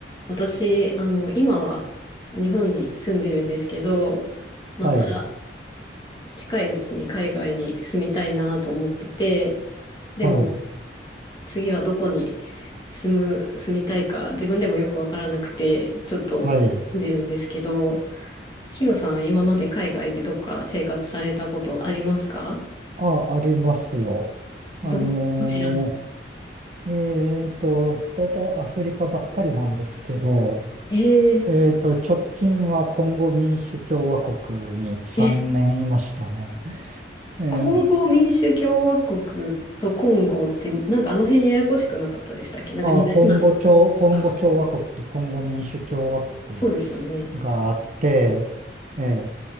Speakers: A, on the left (about 25°); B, on the right (about 40°).
A: 私、あの、今は日本に住んでるんですけど、また
B: はい、
A: 近いうちに海外に住みたいなと思ってて、でも
B: はい、
A: 次はどこに住む、住みたいか自分でもよくわからなくて、ちょっと住んでるんですけど、
B: はい。
A: ヒロさん、今まで海外でどっか生活されたことありますか
B: あ、ありますよ。
A: ど、
B: あの
A: どちらに
B: ー、えーと、大体アフリカばっかりなんですけど、
A: えー、
B: えーと、直近はコンゴ民主共和国に3年いましたね。
A: え、
B: えー、
A: コンゴ民主共和国とコンゴって、なんかあの辺ややこしくなかったでしたっけなんか似たような名前
B: あ、コンゴ共、コンゴ共和国とコンゴ民主共和国
A: がそうですよね。
B: があって、えー、